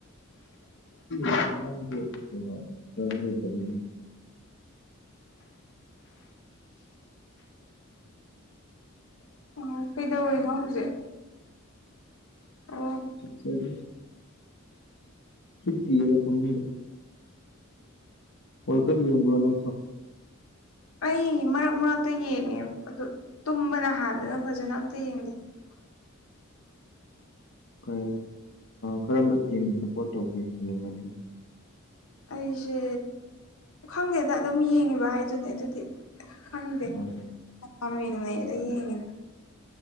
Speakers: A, on the left (about 60°); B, on the left (about 85°).
A: ꯑ ꯥꯡ ꯀꯩꯅꯣ ꯐꯖꯕ ꯂꯩꯇꯕꯅꯤ
B: ꯑꯣ ꯀꯩꯗꯧꯔꯤꯅꯣ ꯍꯧꯖꯤꯛ ꯑꯣ
A: ꯐꯔꯤ ꯇꯗ ꯊꯃ ꯑꯣꯔꯀ ꯌꯦꯕ ꯅ
B: ꯑꯩ ꯃꯔꯛ ꯃꯔꯛꯇ ꯌꯦꯡꯉꯦ ꯑꯗꯨ ꯇꯨꯝꯕꯅ ꯍꯥꯟꯗꯅ ꯐꯖꯅ ꯑꯝꯇ ꯌꯦꯡꯗꯦ <inaudible>
A: ꯐ ꯀꯔꯝꯕ ꯇꯤꯝ ꯁꯞꯄꯣꯔꯠ ꯇꯧꯒꯦ ꯌꯦꯡꯉꯗꯤ
B: ꯑꯩꯁꯦ ꯈꯪꯗꯦꯗ ꯑꯗꯨꯝ ꯌꯦꯡꯉꯤꯕ ꯍꯥꯏꯗꯨꯅꯦ ꯑꯗꯨꯗꯤ ꯈꯪꯗꯦꯃꯤꯅꯦꯔ
A: ꯎꯝ
B: ꯌꯦꯡꯉꯤꯅꯦ